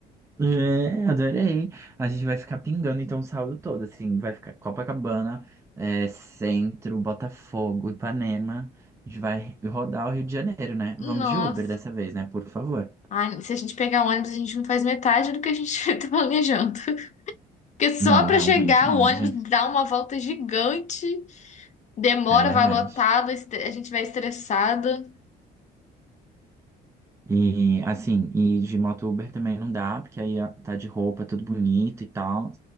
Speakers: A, on the right; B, on the left.
A: É, adorei. A gente vai ficar pingando então o sábado todo, assim, vai ficar Copacabana, é, Centro, Botafogo, Ipanema. A gente vai rodar o Rio de Janeiro, né? Vamos
B: Nossa.
A: de Uber dessa vez, né? Por favor.
B: Ai, se a gente pegar ônibus, a gente não faz metade do que a gente <laughs> tá planejando. Porque só
A: Não,
B: pra
A: realmente
B: chegar,
A: não,
B: o ônibus
A: hein, gente.
B: dá uma volta gigante, demora,
A: É verdade.
B: vai lotado, a gente vai estressada.
A: E assim, e de moto Uber também não dá, porque aí ó, tá de roupa, tudo bonito e tal.